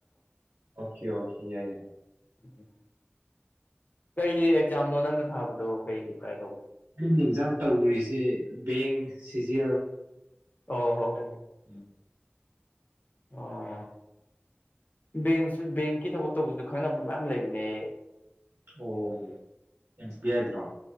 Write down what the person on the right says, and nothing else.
ꯑꯣꯀꯦ ꯑꯣꯀꯦ ꯌꯥꯏ ꯌꯥꯏ
ꯑꯩꯅ ꯌꯦꯟꯖꯥꯡ ꯇꯧꯔꯤꯁꯦ ꯕꯦꯡ ꯁꯤ ꯖꯤ
ꯎꯝ
ꯑꯣꯦꯝꯁꯤꯕꯤ ꯍꯥꯏꯥꯏꯗ꯭ꯔꯣ